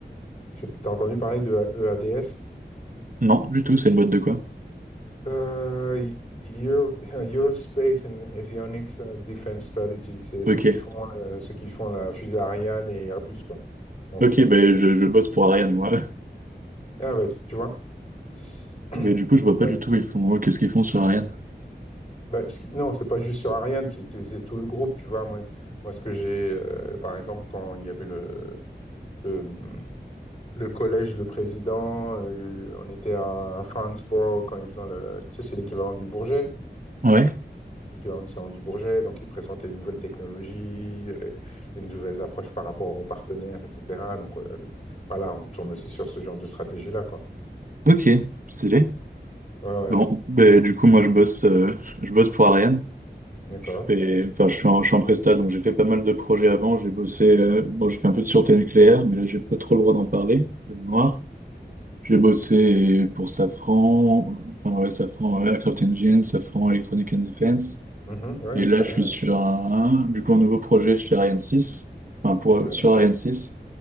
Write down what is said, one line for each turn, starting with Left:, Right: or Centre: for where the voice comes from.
Left: je sais- t'as entendu parler de EADS?
Right: Non, du tout, c'est une boîte de quoi?
Left: Euh, Euro- <laughs> Eurospace and Avionics euh, Defense Strategy, c'est
Right: Ok.
Left: ceux qui font, euh, ceux qui font la fusée Ariane et Airbus, quoi, entre
Right: Ok,
Left: autres.
Right: ben je, je bosse pour Ariane, moi.
Left: Ah bah, tu vois. <clears throat>
Right: Mais du coup, je vois pas
Left: Ouais.
Right: du tout, ils font, qu'est-ce qu'ils font sur Ariane?
Left: Bah, ce qui- non, c'est pas juste sur Ariane, c'est c'est tout le groupe, tu vois. Moi, moi ce que j'ai, euh, par exemple, quand il y avait le, le, le collège de président, euh, on était à, à Franceborough quand ils faisaient le. Tu sais, c'est l'équivalent du Bourget,
Right: Ouais,
Left: l'équivalent du Salon du Bourget, donc ils présentent les nouvelles technologies, les, les nouvelles approches par rapport aux partenaires, etc. Donc euh, voilà, on tourne aussi sur ce genre de stratégie-là, quoi.
Right: ok, stylé.
Left: Ouais, ouais,
Right: Bon, ben du coup, moi, je bosse, euh, je bosse pour Ariane.
Left: d'accord.
Right: Je fais, enfin, je suis en, je suis en presta, donc j'ai fait pas mal de projets avant. J'ai bossé, euh, bon, je fais un peu de sûreté nucléaire, mais là, j'ai pas trop le droit d'en parler, de mémoire. J'ai bossé pour Safran, enfin, ouais, Safran euh, Aircraft Engine, Safran Electronic and Defense.
Left: Mhm, ouais,
Right: Et
Left: je
Right: là,
Left: connais.
Right: je suis
Left: ouais.
Right: sur un, du coup, un nouveau projet chez Ariane 6. Enfin, pour,
Left: Ok.
Right: sur Ariane 6.